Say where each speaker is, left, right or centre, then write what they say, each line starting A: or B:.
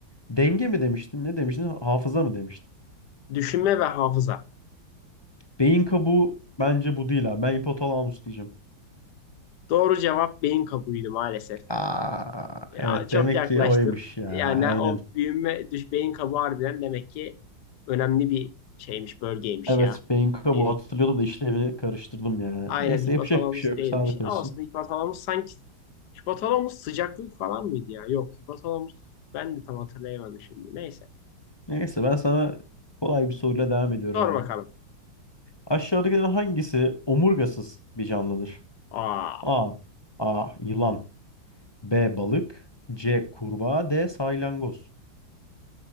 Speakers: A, on the left; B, on the left.
A: Denge mi demiştin? Ne demiştin? Hafıza mı demiştin?
B: Düşünme ve hafıza.
A: Beyin kabuğu bence bu değil abi. Ben hipotalamus diyeceğim.
B: Doğru cevap beyin kabuğuydu maalesef.
A: Aa,
B: Ya,
A: evet
B: çok
A: demek
B: yaklaştın.
A: ki oymuş ya.
B: Yani
A: Aynen.
B: o büyüme, düş, beyin kabuğu harbiden demek ki önemli bir şeymiş, bölgeymiş
A: Evet,
B: ya.
A: Benko
B: Dediğin.
A: bu hatırlıyordum da işlevini karıştırdım ya.
B: Aynen
A: Neyse
B: hipotalamus
A: yapacak bir şey yok.
B: değilmiş.
A: Sağlık olsun.
B: Ama Aslında hipotalamus sanki hipotalamus sıcaklık falan mıydı ya? Yok hipotalamus ben de tam hatırlayamadım şimdi. Neyse.
A: Neyse ben sana kolay bir soruyla devam ediyorum
B: Sor
A: abi.
B: bakalım.
A: Aşağıdakilerin hangisi omurgasız bir canlıdır?
B: Aa.
A: A. A. Yılan. B. Balık. C. Kurbağa. D. Salyangoz.